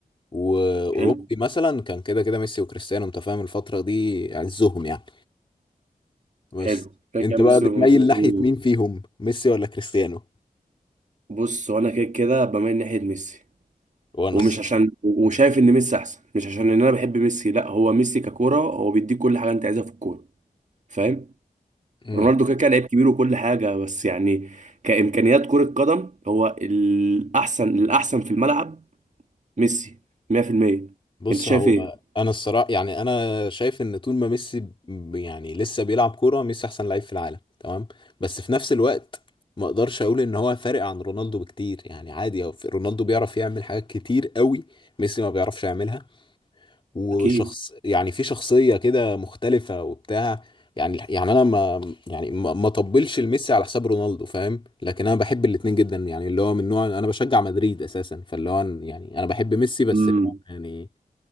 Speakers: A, on the left; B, on the right.
A: واوروبي
B: حلو
A: مثلا كان كده كده ميسي وكريستيانو انت فاهم الفترة دي عزهم يعني بس
B: حلو كده
A: انت
B: كان
A: بقى
B: ميسي
A: بتميل
B: ورونالدو
A: ناحية مين فيهم ميسي ولا كريستيانو
B: بص وانا كده كده بميل ناحيه ميسي
A: وانا
B: ومش عشان وشايف ان ميسي احسن مش عشان ان انا بحب ميسي لا هو ميسي ككوره هو بيديك كل حاجه انت عايزها في الكوره فاهم
A: الصراحة
B: رونالدو كده كده لعيب كبير وكل حاجه بس يعني كامكانيات كره قدم هو الاحسن الاحسن في الملعب ميسي 100%
A: بص
B: انت شايف
A: هو
B: ايه
A: انا الصراحه يعني انا شايف ان طول ما ميسي ب- يعني لسه بيلعب كوره ميسي احسن لعيب في العالم تمام بس في نفس الوقت ما اقدرش اقول ان هو فارق عن رونالدو بكتير يعني عادي هو في- رونالدو بيعرف يعمل حاجات كتير قوي ميسي ما بيعرفش يعملها وشخص
B: اكيد
A: يعني في شخصيه كده مختلفه وبتاع يعني يعني انا ما يعني ما ما طبلش لميسي على حساب رونالدو فاهم لكن انا بحب الاتنين جدا يعني اللي هو من نوع انا بشجع مدريد اساسا فاللي هو أنا- يعني انا بحب ميسي بس
B: امم
A: يعني